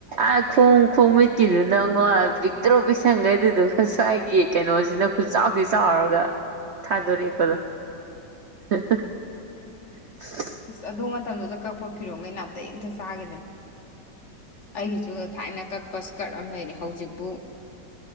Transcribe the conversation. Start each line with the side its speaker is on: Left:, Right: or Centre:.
Right: ꯑꯥ ꯈꯣꯡ ꯈꯣꯡ ꯃꯤꯠꯀꯤꯗꯨ ꯅꯥ ꯉꯣ ꯄꯤꯛꯇ꯭ꯔꯨ ꯄꯤꯛꯁꯤꯟꯒꯔꯦ ꯑꯗꯨꯗꯨꯒꯥ ꯁ꯭ꯋꯥꯏꯒꯤ ꯀꯩꯅꯣꯁꯤꯅ ꯈꯨꯠꯆꯥꯎ ꯊꯤꯅ ꯆꯥꯎꯔꯒ ꯊꯥꯗꯣꯔꯤꯀꯗꯣ <unintelligible>
Left: ꯑꯁ ꯑꯗꯨ ꯃꯇꯝꯗꯨꯗ ꯀꯛꯄ ꯐꯤꯔꯣꯜꯈꯩꯩ ꯅꯥꯇꯩ ꯑꯃꯠꯇ ꯆꯥꯈꯤꯗꯕꯅꯦ ꯑꯩꯒꯤꯁꯨ ꯊꯥꯏꯅ ꯀꯛꯄ ꯏꯁꯀꯔꯠ ꯑꯃ ꯂꯩꯔꯦ ꯍꯧꯖꯤꯛꯄꯨ